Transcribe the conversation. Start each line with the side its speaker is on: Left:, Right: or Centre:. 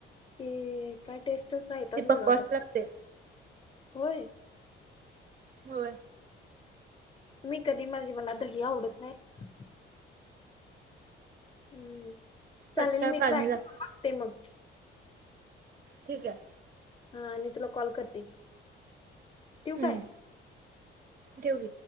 Left: की काय टेस्टच राहताच
Right: ती बकवास
Left: वेग
Right: लागते
Left: होय.
Right: हो.
Left: मी कधी मरज मला दही आवडत नाही. हम्म. चालेल
Right: पचकळ
Left: मी
Right: पाणी
Left: ट्राय
Right: लागते
Left: करून बघते मग
Right: ठीक आहे.
Left: हा आणि तुला कॉल करते. ठेवु
Right: हम्म
Left: काय?
Right: ठेव.